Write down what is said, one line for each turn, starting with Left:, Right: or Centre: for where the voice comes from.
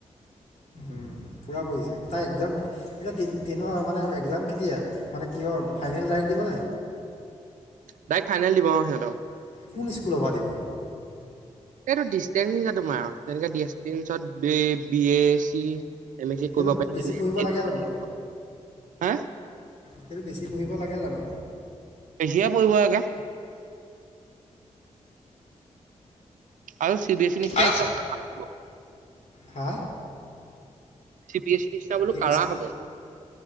Left: উম পুৰা পৰিছে তাই একজাম এ তিয়াই তিনৰ। মানে একজাম কেতিয়া মানে কিহৰ ফাইনেল তাৰিখ দিবনে।
Right: তাইক ফাইনেল দিব সিহঁতক।
Left: কোন স্কুলৰ পাতিব।
Right: এইটো ডিচেঞ্চ নিছা তোমাৰ আৰু তেনেকে ডচেঞ্চত বি এ চি। মি কৰিব
Left: সেইটো
Right: পাৰি
Left: বেছি
Right: ন
Left: পঢ়িব লাগে জানো
Right: হা।
Left: সেইটো বেছি পঢ়িব লাগে জানো।
Right: বেছি কৰে পঢ়িব লাগে। আৰু চি বি এছ ই নিচনা
Left: আৰু
Right: একদম।
Left: হা।
Right: চি বি এ চিনছ ন বোলো
Left: কি
Right: কাৰা হব।